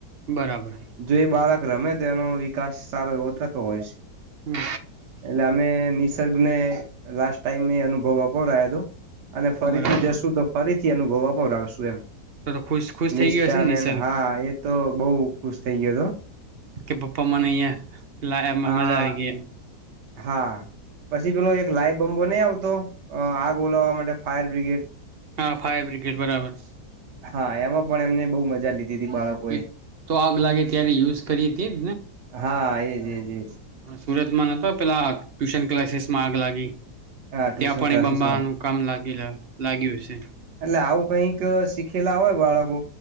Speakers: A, on the right; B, on the right.
A: બરાબર
B: જો એ બાળક રમે તેનો વિકાસ સારો એવો થતો હોય છે.
A: હમ
B: <unintelligible> ને લાસ ટાઈમ અનુભવ આપપો રહીયો હતો અને ફરીથી
A: બરાબર
B: જશું તો ફરીથી અનુભવ આપ બર આવશું એમ.
A: તો તો ખુશ ખુશ થઈ
B: નિષ્ઠાને
A: ગયો હશે ને નિસર્ગ
B: હા એ તો બહુ. ખુજતેઈયો તો
A: કે પાપા મનએ લાયા એ
B: આ
A: મજા એમ.
B: હા પછી પેલો એક લાઈવ બમ્બો નહી આવતો આગ ઓલાવવા માટે ફાયર બ્રિગેડ
A: હા ફાયરબ્રિગેડ. <unintelligible>
B: હા એમાં પણ એમને બહુ મજા લીધી હતી બાળકોએ
A: એ તો આગ લાગે ત્યારે યુઝ કરીએ હતીજ
B: હા એજ એજ એજ
A: સુરતમાં નતો પેલા ટ્યુશન ક્લાસીસમાં આગ લાગી.
B: હા ટ્યુશન
A: ત્યાં પણ
B: ક્લાસીસમાં
A: એ બંબાનું કામ લાગ લાગ્યું છે.
B: એટલે આવું કઈક શીખેલા હોય બાળકો